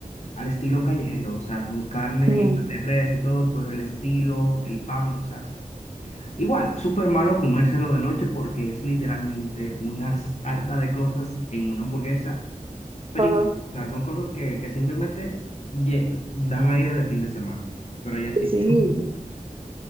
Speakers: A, on the left (about 50°); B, on the right (about 40°).
A: al estilo callejero, o sea, con carne
B: ujú,
A: y pan de res y todo, pero el estilo, el pan, o sea, es- igual, súper malo comérselo de noche porque es literalmente una sarta de cosas en una hamburguesa, pero
B: ajá,
A: igual, o sea, son cosas que, que simplemente lle- dan aire de fin de semana, pero ya sí.
B: sí.